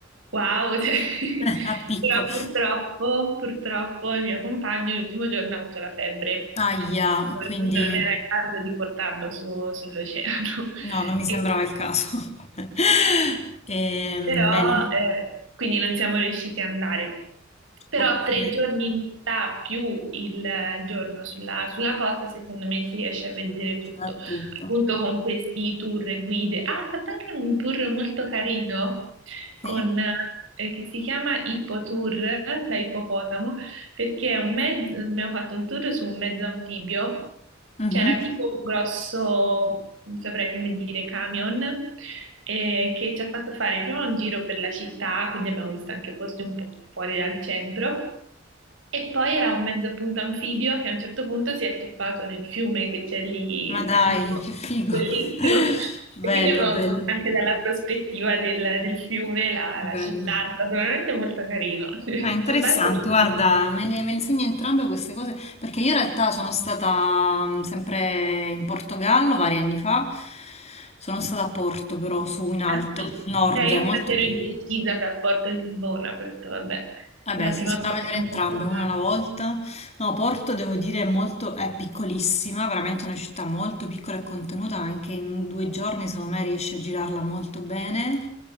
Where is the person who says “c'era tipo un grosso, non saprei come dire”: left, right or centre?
Right